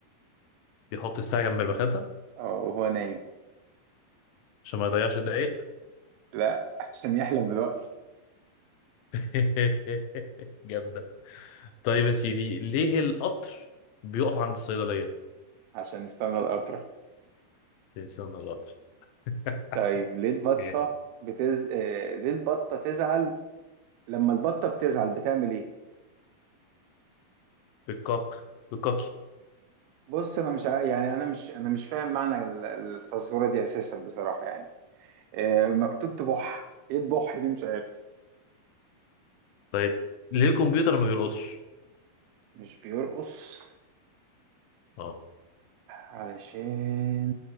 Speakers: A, on the left (about 75°); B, on the right (about 80°).
A: بيحط الساعة جنب المخدة
B: وهو نايم
A: عشان ما يضيعش الدقايق
B: لا عشان يحلم بالوقت
A: <laughs> جامدة طيب يا سيدي ليه القطر بيقف عند الصيدلية؟
B: عشان يستنى القطرة
A: تنسان القطر <laughs>
B: طيب ليه البطة
A: ايه
B: بتز... إيه ليه البطة تزعل لما البطة بتزعل بتعمل إيه
A: بالكوك بالكوكي
B: بص أنا مش ع- يعني أنا مش أنا مش فاهم معنى ال- الفزورة دي أساسا بصراحة يعني إيه مكتوب تبح إيه تبح دي مش عارف
A: طيب ليه الكمبيوتر ما بيرقصش؟
B: مش بيرقص
A: اه
B: علشان